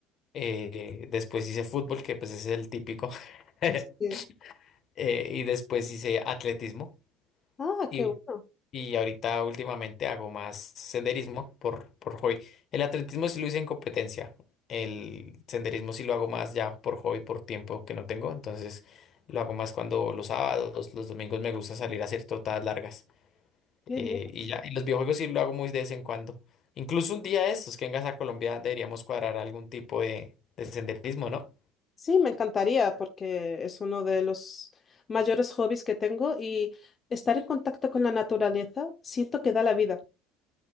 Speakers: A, on the left (about 45°); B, on the left (about 30°).
A: Eh, después hice fútbol, que pues es el típico. <laughs>
B: Este,
A: Eh, y después hice atletismo.
B: ah,
A: Y,
B: qué bueno,
A: y ahorita últimamente hago más senderismo por, por hobby. El atletismo sí lo hice en competencia. El senderismo sí lo hago más ya por hobby, por tiempo que no tengo. Entonces lo hago más cuando los sábados, los domingos me gusta salir a hacer trotadas largas.
B: qué
A: Eh,
B: bien.
A: y ya, y los videojuegos sí lo hago muy de vez en cuando. Incluso un día de estos que vengas a Colombia deberíamos cuadrar algún tipo de, de senderismo, ¿no?
B: Sí, me encantaría porque es uno de los mayores hobbies que tengo y estar en contacto con la naturaleza siento que da la vida.